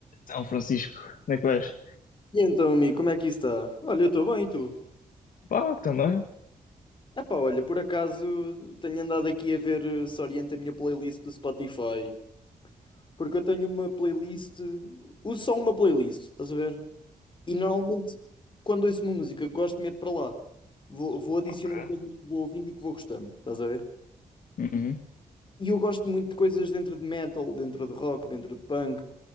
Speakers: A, on the left; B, on the left.
A: São Francisco, como é que vais?
B: E então, amigo, como é que isso está? Olha, eu estou bem, e tu?
A: Pá, também.
B: Epá, olha, por acaso tenho andado aqui a ver eh, se orienta a minha playlist do Spotify. Porque eu tenho uma playlist, uso só uma playlist, estás a ver? E normalmente, quando ouço uma música que gosto, meto para lá. Vou, vou adicionando
A: Ok.
B: coisas que vou ouvindo e que vou gostando, estás a ver?
A: Uhum.
B: E eu gosto muito de coisas dentro de metal, dentro de rock, dentro de punk.